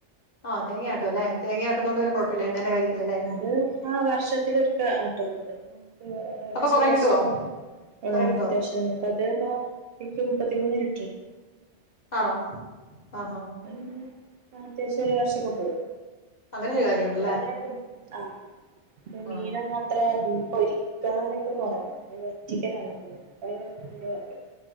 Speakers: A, on the left (about 40°); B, on the right (about 60°).
A: ആഹ് തേങ്ങയാട്ടും അല്ലേ തേങ്ങയാട്ടുന്നോണ്ട് പിന്നെ കുഴപ്പമില്ല
B: ഉം
A: എണ്ണേന്റെ കാര്യത്തിലല്ലേ
B: അത് ആഹ് വർഷത്തിലൊരിക്കെ. ട്ടുള്ളൂ തേങ്ങ ഏകദേശം
A: അപ്പൊ കൊറെ
B: ഒരു വർഷം.
A: കിട്ടുവോ
B: ആഹ്
A: കൊറെ കിട്ടുവോ
B: അത്യാവശ്യംപ്പം അത്പൊ ഇപ്പൊ മുപ്പത്തിമൂന്ന് ലിറ്റർണ്ട്.
A: ആണോ ആഹ്ആഹ്.
B: അത് പിന്നെ അത്യാവശ്യം ഒരു വർഷൊക്കെ പോവും.
A: അങ്ങനെ ഒരു കാര്യമുണ്ടല്ലേ
B: ഇവ്ടെങ്ങനെ ആഹ് മീനൊന്നും
A: ആഹ്
B: അത്ര പൊരിക്കാനൊക്കെ കൊറവാ വറ്റിക്കലാണധികം അപ്പൊഅയ്നൊന്നുംവല്യകൊയ്പ